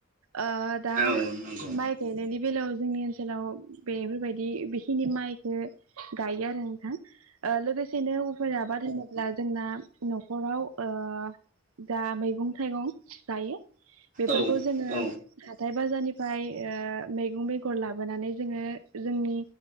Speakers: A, on the right (about 90°); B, on the right (about 40°).
A: ओह दा
B: औ नंगौ
A: माइ गायनायनि बेलायाव जोंनि ओनसोलाव बेफोरबायदि बेखिनि माइखो गायो आरो नोंथां ओ लोगोसे <unintelligible> होनोब्ला जोंना न'खराव ओह दा मैगं थाइगं गायो। बेफोरखौ
B: ओ औ
A: जोङो
B: औ
A: हाथाइ बाजारनिफ्राय ओ मैगं बेगर लाबोनानै जोङो जोंनि